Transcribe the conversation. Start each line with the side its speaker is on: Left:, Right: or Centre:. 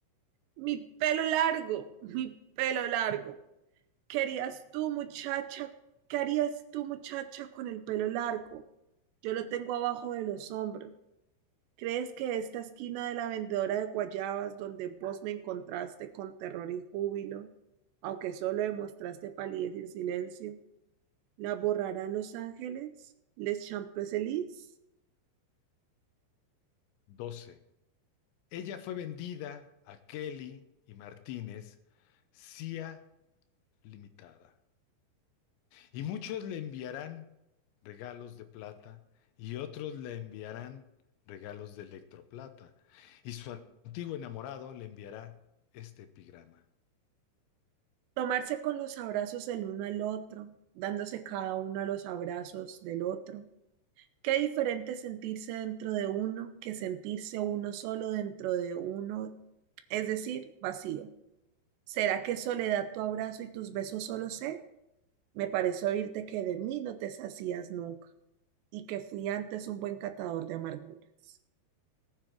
Right: Mi pelo largo, <laughs> mi pelo largo. ¿Qué harías tú, muchacha? ¿Qué harías tú, muchacha, con el pelo largo? Yo lo tengo abajo de los hombros. ¿Crees que esta esquina de la vendedora de guayabas, donde vos me encontraste con terror y júbilo, aunque solo demostraste palidez y silencio, la borrarán los ángeles, les champs-élysées,
Left: 12. Ella fue vendida a Kelly y Martínez, CIA Limitada. Y muchos le enviarán regalos de plata y otros le enviarán regalos de electroplata. Y su antiguo enamorado le enviará este epigrama.
Right: tomarse con los abrazos el uno al otro, dándose cada uno a los abrazos del otro. Qué diferente sentirse dentro de uno que sentirse uno solo dentro de uno, es decir, vacío. ¿Será que soledad tu abrazo y tus besos solo sed? Me pareció oírte que de mí no te sacías nunca y que fui antes un buen catador de amarguras.